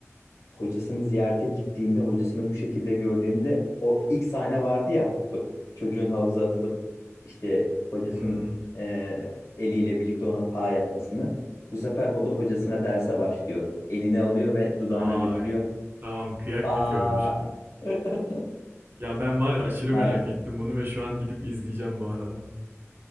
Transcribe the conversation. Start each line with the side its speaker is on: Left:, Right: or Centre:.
Left: hocasını ziyarete gittiğinde, hocasını bu şekilde gördüğünde o ilk sahne vardı ya o çocuğun havuza atılıp işte hocasının
Right: Hmm,
Left: e, eliyle birlikte ona pa yapmasını. Bu sefer o da hocasına derse başlıyor. Eline alıyor ve dudağına
Right: vay.
Left: götürüyor.
Right: Tamam kıyak
Left: Pa.
Right: bitiyormuş.
Left: <laughs>
Right: Ya ben var ya aşırı
Left: Aynen.
Right: merak ettim bunu ve şu an gidip izleyeceğim bu arada.